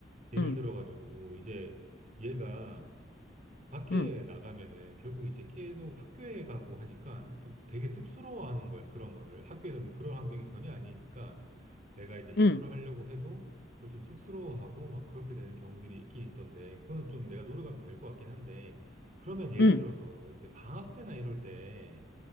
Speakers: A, on the right (about 40°); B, on the left (about 60°).
A: 예를
B: 응,
A: 들어가지고, 이제 얘가 밖에
B: 응,
A: 나가면은 결국 이제 계속 학교에 가고 하니까 좀 되게 쑥스러워하는 거야, 그런 거를. 학교에서는 그런 환경이 전혀 아니니까 내가 이제 시도를
B: 응,
A: 하려고 해도 그걸 좀 쑥스러워하고 막 그렇게 되는 경우들이 있긴 있던데, 그건 좀 내가 노력하면 될 것 같긴 한데, 그러면 예를
B: 응.
A: 들어서 이렇게 방학 때나 이럴 때,